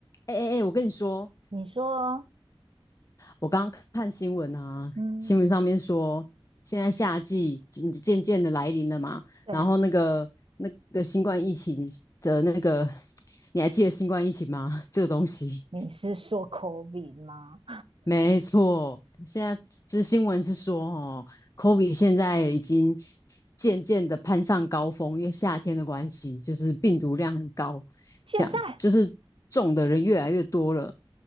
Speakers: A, on the left; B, on the right.
A: 哎哎哎，我跟你说，
B: 你说，
A: 我刚刚看新闻啊，
B: 嗯，
A: 新闻上面说，现在夏季渐渐渐的来临了嘛，
B: 对，
A: 然后那个那个新冠疫情的那个，<tsk> 你还记得新冠疫情吗？<laughs> 这个东西，
B: 你是说 COVID 吗？
A: 没错，现在这新闻是说，哦，COVID 现在已经渐渐的攀上高峰，因为夏天的关系，就是病毒量很高，
B: 现在，
A: 这样就是中的人越来越多了。